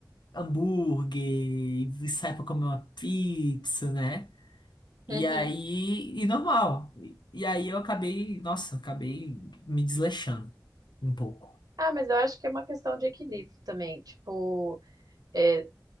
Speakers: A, on the left; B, on the right.
A: hambúrguer e sai pra comer uma pizza, né? E
B: <laughs> uhum.
A: aí, e normal. E, e aí eu acabei, nossa, acabei me desleixando um pouco.
B: Ah, mas eu acho que é uma questão de equilíbrio também. Tipo. é,